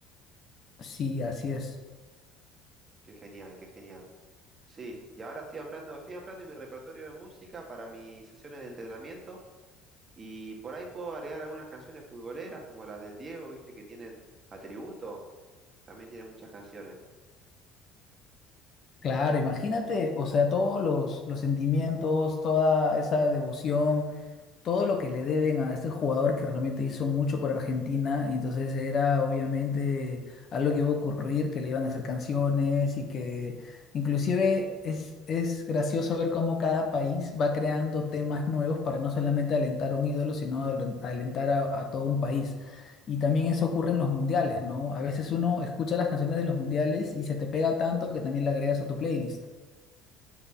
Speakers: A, on the left (about 45°); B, on the right (about 30°).
A: Sí, así es.
B: Qué genial, qué genial. Sí, y ahora estoy ampliando, estoy ampliando mi repertorio de música para mis sesiones de entrenamiento y por ahí puedo agregar algunas canciones futboleras como las del Diego, viste, que tienen atributo, también tienen muchas canciones.
A: Claro, imagínate, o sea, todos los, los sentimientos, toda esa devoción todo lo que le deben a este jugador que realmente hizo mucho por Argentina, y entonces era obviamente algo que iba a ocurrir, que le iban a hacer canciones y que inclusive es, es gracioso ver cómo cada país va creando temas nuevos para no solamente alentar a un ídolo, sino alen- alentar a, a todo un país. Y también eso ocurre en los mundiales, ¿no? A veces uno escucha las canciones de los mundiales y se te pega tanto que también la agregas a tu playlist.